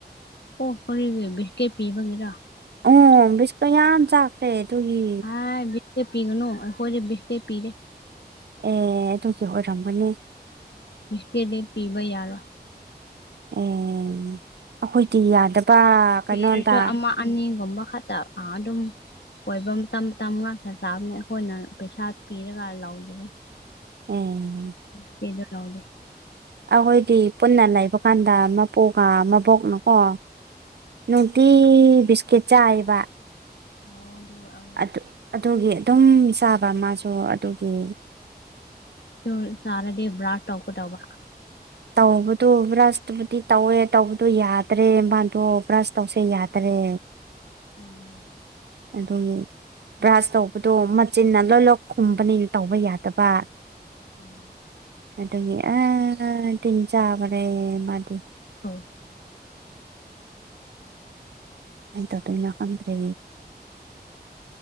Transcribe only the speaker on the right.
ꯎꯝ ꯕꯤꯁꯀꯨꯠ ꯌꯥꯥꯝ ꯆꯥ ꯈꯔꯦ ꯗꯨꯒꯤ
ꯑꯦ ꯑꯗꯨꯒꯤ ꯑꯣꯏꯔꯝꯕꯅꯤ
ꯑꯦ ꯑꯩꯈꯣꯏꯗꯤ ꯌꯥꯗꯕ ꯀꯩꯅꯣꯗ
ꯑꯦ
ꯑꯈꯣꯏꯗꯤ ꯄꯨꯟꯅ ꯂꯩꯕ ꯀꯥꯟꯗ ꯃꯄꯨꯒ ꯃꯕꯣꯛꯅꯀꯣ ꯅꯨꯡꯇꯤ ꯕꯤꯁꯀꯤꯠ ꯆꯥꯏꯕ
ꯑꯗꯨ ꯑꯗꯨꯒꯤ ꯑꯗꯨꯝ ꯆꯥꯕ ꯃꯥꯁꯨ ꯑꯗꯨꯒꯤ
ꯇꯧꯕꯗꯨ ꯕ꯭ꯔꯁ ꯇꯨꯕꯨꯗꯤ ꯇꯧꯋꯦ ꯇꯧꯕꯗꯨ ꯌꯥꯗ꯭ꯔꯦ ꯃꯥꯗꯣ ꯕ꯭ꯔꯁ ꯇꯧꯁꯦ ꯌꯥꯗ꯭ꯔꯦ
ꯑꯗꯨꯒꯤ ꯕ꯭ꯔꯥꯁ ꯇꯧꯕꯗꯣ ꯃꯆꯤꯟꯅ ꯂꯣꯏ ꯂꯣꯏ ꯈꯨꯝꯕꯅꯤ ꯇꯧꯕ ꯌꯥꯗꯕ
ꯑꯗꯨꯒꯤ ꯑꯥ ꯇꯤꯟ ꯆꯥꯕꯔꯦ ꯃꯥꯗꯤ
ꯀꯩꯗꯧꯗꯣꯏꯅꯣ ꯈꯪꯗ꯭ꯔꯦ